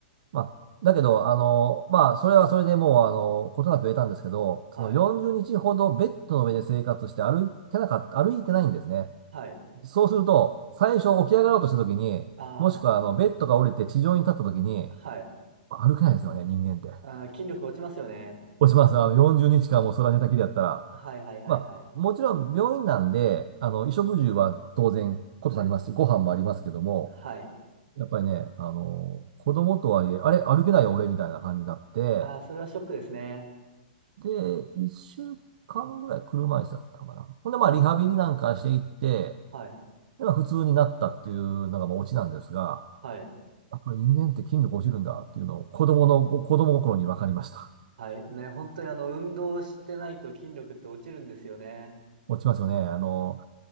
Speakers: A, on the right (about 60°); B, on the right (about 90°).
A: まあ、だけど、あの、まあ、それはそれでもう、あの、ことなく得たんですけど、
B: はい。
A: その40日ほどベッドの上で生活して歩いてなかった、歩いてないんですね。
B: はい。
A: そうすると、最初起き上がろうとした時に、
B: あ
A: もしくは、あの、ベッドが降りて地上に立った時に、
B: あ、はい。
A: 歩けないんですよね、人間って。
B: ああ、筋力落ちますよね。
A: 落ちます。あの、40日間もう空寝たきりやったら。
B: はいはいはいはい。
A: まあ、もちろん病院なんで、あの、衣食住は当然ことなりますし、
B: はい。
A: ご飯もありますけども、
B: はい。
A: やっぱりね、あの、子供とはいえ、あれ、歩けないよ、俺、みたいな感じになって、
B: ああ、それはショックですね。
A: で、一週間ぐらい車椅子だったかな。ほんで、
B: はい。
A: まあ、リハビリなんかしていって、
B: はい。
A: で、まあ、普通になったっていうのが、まあ、オチなんですが、
B: はい。
A: やっぱり人間って筋力落ちるんだっていうのを、子供の、子供心に分かりました。
B: はい。ね、本当にあの、運動してないと筋力って落ちるんですよね。
A: 落ちますよね。あの、